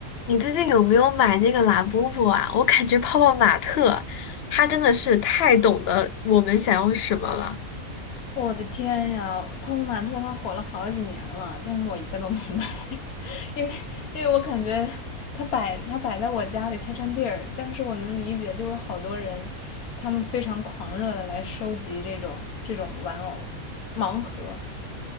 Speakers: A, on the left; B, on the left.
A: 你最近有没有买那个拉布布啊？我感觉泡泡玛特他真的是太懂得我们想要什么了。
B: 我的天呀，泡泡玛特它火了好几年了，但是我一个都没买，<laughs> 因为因为我感觉它摆它摆在我家里太占地儿，但是我能理解，就是好多人他们非常狂热的来收集这种这种玩偶盲盒，